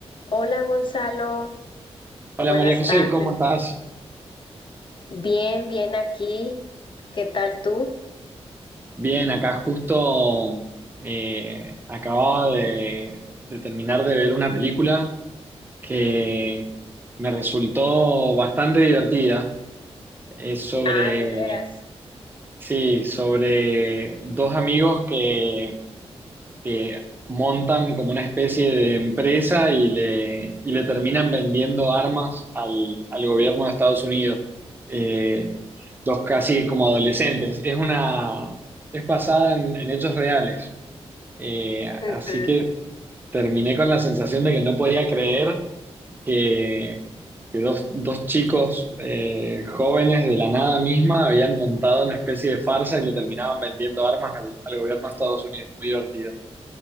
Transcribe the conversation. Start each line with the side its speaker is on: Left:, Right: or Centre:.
Left: Hola Gonzalo,
Right: Hola
Left: buenas
Right: María José,
Left: tardes.
Right: ¿cómo estás?
Left: Bien, bien aquí. ¿Qué tal tú?
Right: Bien, acá justo eh, acababa de, de terminar de ver una película que me resultó bastante divertida. Es sobre,
Left: Ah, de veras.
Right: sí, sobre dos amigos que que montan como una especie de empresa y le, y le terminan vendiendo armas al, al gobierno de Estados Unidos. Eh, dos casi como adolescentes. Es una, es basada en, en hechos reales. Eh,
Left: Ujú.
Right: así que terminé con la sensación de que no podía creer que, que dos, dos chicos eh, jóvenes de la nada misma habían montado una especie de farsa y le terminaban vendiendo armas al, al gobierno de Estados Unidos. Muy divertido.